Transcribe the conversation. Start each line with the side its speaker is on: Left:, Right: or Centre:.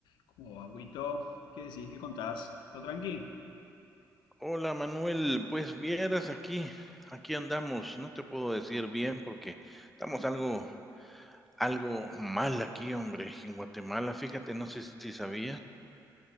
Left: Como agüito, ¿qué decís? ¿Qué contás? ¿Todo tranqui?
Centre: Hola Manuel, pues vieras aquí, aquí andamos, no te puedo decir bien porque estamos algo, algo mal aquí, hombre, en Guatemala, fíjate, no sé si sabías.